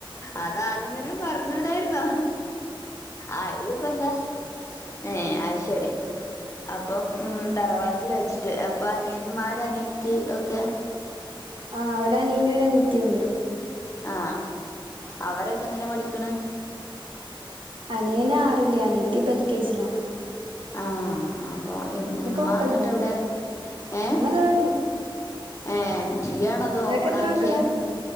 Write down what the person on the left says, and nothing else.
അത് ആദ്യം തന്നെ പറഞ്ഞകൂടായിരുന്നോ ആയല ഇപ്പ എന്താ ഏ ആ ശരി അപ്പം ഉ തറവാട്ടിൽ വെച്ചിട്ട് അപ്പൊ അനിയന്മാര അനിയത്തി ഒക്കെ
ആ അവരൊക്കെ എന്തിനാ പഠിക്കണ്
ആഹ അപൊ ഇമ്മ
ഇന്ന്ട്ടെവ്ടെ ഏഹ്
ഏഹ ഇയ്യാണോ ഇത്
ഓപ്പണാക്കിയെ